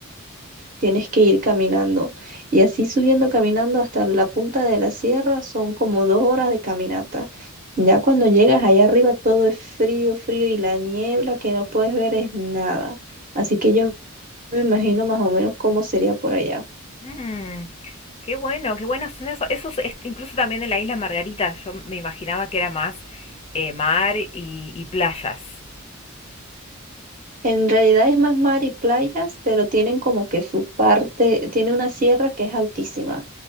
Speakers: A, on the right (about 35°); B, on the left (about 25°).
A: tienes que ir caminando. Y así subiendo, caminando hasta la punta de la sierra, son como dos horas de caminata. Ya cuando llegas allá arriba todo es frío, frío y la niebla que no puedes ver es nada. Así que yo me imagino más o menos cómo sería por allá.
B: Mm, qué bueno, qué buenas son esos. Esos es- incluso también en la isla Margarita, yo me imaginaba que era más eh, mar y, y playas.
A: En realidad es más mar y playas, pero tienen como que su parte, tiene una sierra que es altísima.